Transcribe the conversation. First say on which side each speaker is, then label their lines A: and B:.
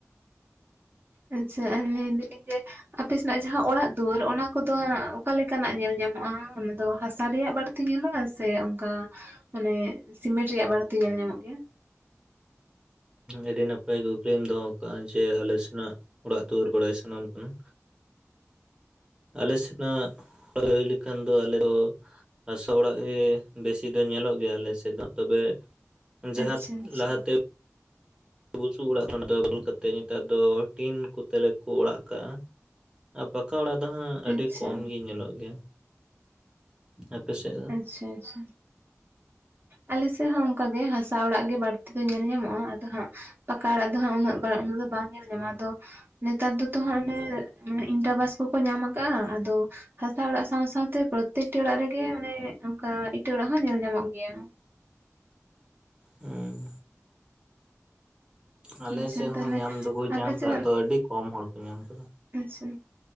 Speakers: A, on the right (about 45°); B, on the right (about 15°).
A: ᱟᱪᱪᱷᱟ ᱟᱨ ᱞᱟᱹᱭ ᱫᱚᱞᱤᱧ ᱡᱮᱼᱼ ᱟᱯᱮᱥᱮᱱᱟᱜ ᱡᱟᱦᱟᱸ ᱚᱲᱟᱜ ᱫᱩᱣᱟᱹᱨ ᱚᱱᱟ ᱠᱚᱫᱚ ᱚᱠᱟᱞᱮᱠᱟᱱᱟᱜ ᱧᱮᱞ ᱧᱟᱢᱚᱜᱼᱟ ᱚᱱᱟ ᱫᱚ ᱦᱟᱥᱟ ᱨᱮᱭᱟᱜ ᱵᱟᱹᱲᱛᱤᱼᱼ ᱛᱮ ᱧᱮᱞᱚᱜᱼᱟ ᱥᱮ ᱚᱱᱠᱟ ᱢᱟᱱᱮ ᱥᱤᱢᱮᱱᱴ ᱨᱮᱭᱟᱜ ᱵᱟᱹᱲᱛᱤ ᱧᱮᱞ ᱧᱟᱢᱚᱜ ᱜᱮᱭᱟ?
B: ᱟᱹᱰᱤ ᱱᱟᱯᱟᱭ ᱠᱩᱠᱞᱤᱢ ᱫᱚᱦᱚ ᱠᱟᱜᱼᱟ ᱡᱮ ᱟᱞᱮ ᱥᱮᱱᱟᱜ ᱚᱲᱟᱜ ᱫᱩᱣᱟᱹᱨ ᱵᱟᱲᱟᱭ ᱥᱟᱱᱟᱢ ᱠᱟᱱᱟᱼᱼ ᱟᱞᱮ ᱥᱮᱱᱟᱜ ᱞᱟᱹᱭ ᱞᱮᱠᱷᱟᱱ ᱫᱚ ᱟᱞᱮ ᱫᱚᱼᱼ ᱦᱟᱥᱚᱜ ᱚᱲᱟᱜ ᱜᱮ ᱵᱮᱥᱤ ᱫᱚ ᱧᱮᱞᱚᱜ ᱜᱮᱭᱟ ᱟᱞᱮ ᱥᱮᱫ ᱫᱚ ᱛᱚᱵᱮ ᱡᱟᱦᱟᱸ
A: ᱟᱪᱪᱷᱟ ᱟᱪᱪᱷᱟ
B: ᱞᱟᱦᱟᱛᱮᱼᱼ ᱵᱩᱥᱩᱵ ᱚᱲᱟᱜ ᱠᱷᱚᱱ ᱫᱚ ᱵᱚᱫᱚᱞ ᱠᱟᱛᱮ ᱧᱤᱛᱟᱨ ᱫᱚ ᱴᱤᱱ ᱠᱚᱛᱮ ᱞᱮ ᱠᱚ ᱚᱲᱟᱜ ᱠᱟᱜᱼᱟ᱾ ᱟ ᱯᱟᱠᱟ ᱚᱲᱟᱜ ᱫᱚ ᱦᱟᱸᱜ ᱟᱹᱰᱤ
A: ᱟᱪᱪᱷᱟ
B: ᱠᱚᱢ ᱜᱤ ᱧᱮᱞᱚᱜ ᱜᱤᱭᱟ᱾ ᱟᱯᱮᱥᱮᱜᱼᱼ
A: ᱟᱪᱪᱷᱟ ᱟᱪᱪᱷᱟ ᱟᱞᱮ ᱥᱮᱜ ᱦᱚᱸ ᱚᱝᱠᱟ ᱜᱮ ᱦᱟᱥᱟ ᱚᱲᱟᱜ ᱜᱮ ᱵᱟᱹᱲᱛᱤᱼᱼ ᱛᱮᱫᱚ ᱧᱮᱞ ᱧᱟᱢᱚᱜᱼᱟ ᱟᱫᱚ ᱦᱟᱸᱜ ᱯᱟᱠᱟ ᱚᱲᱟᱜ ᱫᱚ ᱦᱟᱸᱜ ᱩᱱᱟᱹ ᱵᱟ ᱩᱱᱟᱹᱜ ᱫᱚ ᱵᱟᱝ ᱧᱮᱞ ᱧᱟᱢᱚᱜᱼᱟ ᱟᱫᱚᱼᱼ ᱱᱮᱛᱟᱨ ᱫᱚᱛᱚ ᱦᱟᱸᱜ ᱚᱱᱮ ᱤᱱᱴᱟ ᱵᱟᱥ ᱠᱚᱠᱚ ᱧᱟᱢ ᱟᱠᱟᱫᱟᱼᱟ ᱟᱫᱚᱼᱼ ᱦᱟᱥᱟ ᱚᱲᱟᱜ ᱥᱟᱶ ᱥᱟᱶᱛᱮ ᱯᱨᱚᱛᱮᱠᱴᱤ ᱚᱲᱟᱜ ᱨᱮᱜᱮ ᱚᱱᱮ ᱚᱱᱠᱟ ᱤᱴᱟᱹ ᱚᱲᱟᱜ ᱦᱚᱸ ᱧᱮᱞ ᱧᱟᱢᱚᱜ ᱜᱮᱼᱼ ᱜᱮᱭᱟ᱾
B: ᱦᱩᱸ᱾ ᱟᱞᱮᱥᱮᱜ
A: ᱟᱪᱪᱷᱟ ᱛᱟᱦᱚᱞᱮ
B: ᱦᱚᱸ ᱧᱟᱢ ᱫᱩᱠᱩ
A: ᱟᱯᱮ
B: ᱧᱟᱢ
A: ᱥᱮᱫ
B: ᱠᱟᱜᱟ ᱛᱚ ᱟᱹᱰᱤ ᱠᱚᱢ ᱦᱚᱲ ᱠᱩ ᱧᱟᱢ ᱠᱟᱫᱟ᱾
A: ᱟᱪᱪᱷᱟ